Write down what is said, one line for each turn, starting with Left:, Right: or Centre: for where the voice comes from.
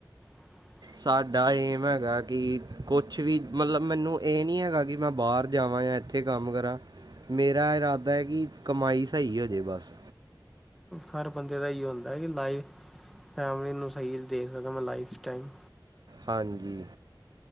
Centre: <inaudible>
Right: ਸਾਡਾ ਏਮ ਹੈਗਾ ਕਿ ਕੁਛ ਵੀ, ਮਤਲਬ ਮੈਨੂੰ ਇਹ ਨਹੀਂ ਹੈਗਾ ਕਿ ਮੈਂ ਬਾਹਰ ਜਾਵਾਂ ਜਾਂ ਇੱਥੇ ਇੱਥੇ ਕੰਮ ਕਰਾਂ, ਮੇਰਾ ਇਰਾਦਾ ਐ ਕਿ ਕਮਾਈ ਸਹੀ ਹੋਜੇ ਬਸ।
Centre: ਹਰ ਬੰਦੇ ਦਾ ਏਹੀਓ ਹੁੰਦਾ ਕਿ ਲਾਈਫ ਫੈਮਲੀ ਨੂੰ ਸਹੀ ਦੇ ਸਕਾਂ ਮੈਂ ਲਾਈਫ ਟਾਇਮ
Right: ਹਾਂਜੀ।